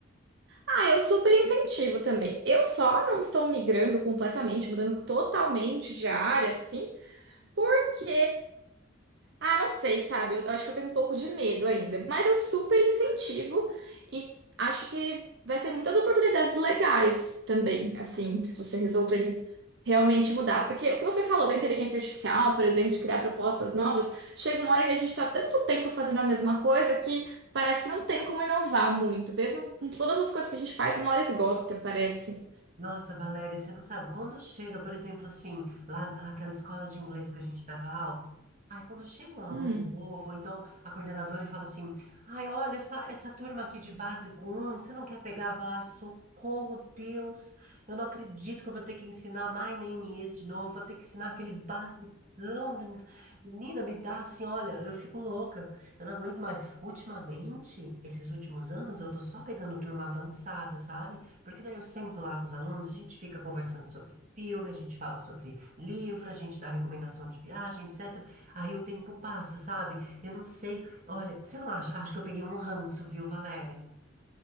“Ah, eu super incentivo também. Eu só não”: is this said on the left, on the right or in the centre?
Right